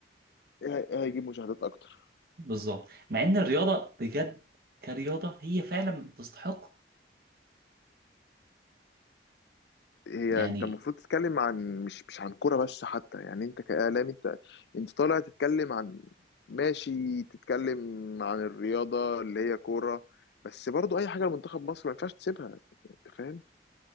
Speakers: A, on the left; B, on the right.
A: ايه هي- إيه هيجيب مشاهدات اكتر
B: بالظبط مع ان الرياضه بجد كرياضه هي فعلا تستحق
A: هي
B: يعني
A: انت المفروض تتكلم عن مش مش عن كوره بس حتى يعني انت كاعلامي انت انت طالع تتكلم عن ماشي تتكلم عن الرياضه اللي هي كوره بس برضو اي حاجه لمنتخب مصر ما ينفعش تسيبها انت فاهم